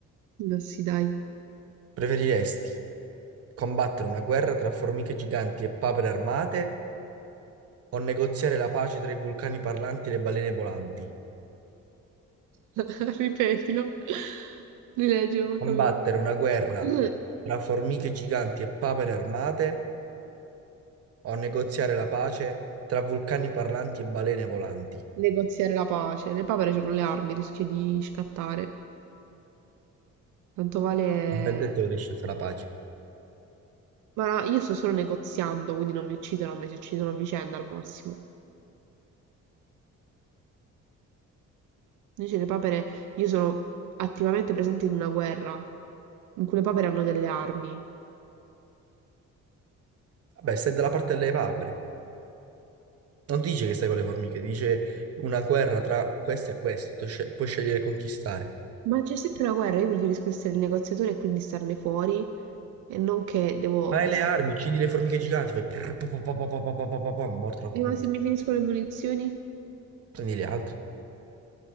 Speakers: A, on the right (about 80°); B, on the right (about 50°).
A: Ma sì, dai.
B: Preferiresti Combattere una guerra tra formiche giganti e papere armate o negoziare la pace tra i vulcani parlanti e le balene volanti?
A: <laughs> Ripetilo. Rileggilo, non
B: Combattere
A: ho capito.
B: una guerra
A: <laughs> <clears throat>
B: tra formiche giganti e papere armate o negoziare la pace tra vulcani parlanti e balene volanti?
A: Negoziare la pace. Le papere c'hanno le armi, rischio di scattare. Tanto vale...
B: Non è detto che riesci a fare la pace.
A: Ma io sto solo negoziando, quindi non mi uccidono a me, si uccidono a vicenda al massimo. Invece le papere, io sono attivamente presente in una guerra, in cui le papere hanno delle armi.
B: Vabbè, stai
A: Quindi-
B: dalla parte delle papere. Non ti dice che stai con le formiche, ti dice una guerra tra questo e questo, tu sce- puoi scegliere di conquistare.
A: Ma c'è sempre una guerra, io preferisco essere il negoziatore e quindi starne fuori, e non che devo...
B: Ma hai
A: essere-
B: le armi, uccidi le formiche giganti, fai prrr, pa, pa, pa, pa, pa, pa, pa, pa, pa, pa, morta la formica.
A: Eh, Ma se mi finiscono le munizioni?
B: prendi gli altri,